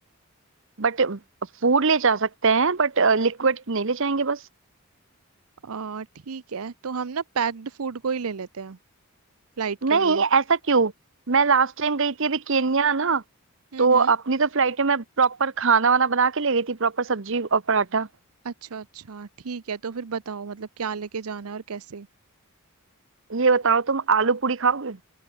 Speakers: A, on the right; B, on the right.
A: बट फूड ले जा सकते हैं बट लिक्विड नहीं ले जाएंगे बस
B: आ ठीक है तो हम ना पैक्ड फूड को ही ले लेते हैं फ्लाइट के
A: नहीं
B: लिए
A: ऐसा क्यों मैं लास्ट टाइम गई थी अभी केन्या ना
B: हम्म
A: तो
B: हम्म
A: अपनी तो फ्लाइट में मैं प्रॉपर खाना वाना बना के ले गई थी प्रॉपर सब्जी और पराठा
B: अच्छा अच्छा ठीक है तो फिर बताओ मतलब क्या लेके जाना है और कैसे
A: ये बताओ तुम आलू पूरी खाओगे